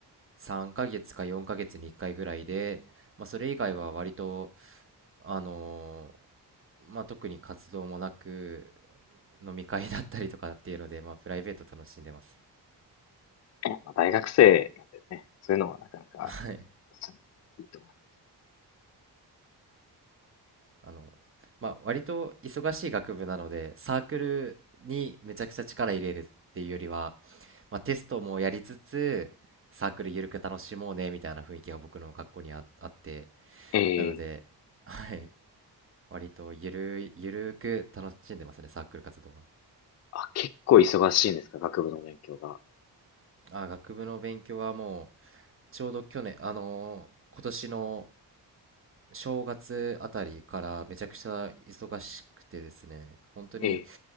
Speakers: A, on the right (about 30°); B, on the left (about 40°).
A: 3ヶ月か4ヶ月に1回ぐらいで、まあ、それ以外は割と、あのー、まあ、特に活動もなく、飲み会だったりとかっていうので、まあ、プライベート楽しんでます。
B: えまあ、大学生なんでね。そういうのはなかなか、
A: はい。
B: そういいと思います。
A: あの、まあ、割と忙しい学部なので、サークルにめちゃくちゃ力入れるっていうよりは、まあ、テストもやりつつ、サークルゆるく楽しもうね、みたいな雰囲気が僕の学校にあ、あって、
B: ええ
A: なので、はい、割とゆるい、ゆるーく楽しんでますね、サークル活動は。
B: あ、結構忙しいんですか学部の勉強が。
A: あ、学部の勉強はもう、ちょうど去年、あのー今年の正月あたりからめちゃくちゃ忙しくてですね、本当に
B: ええ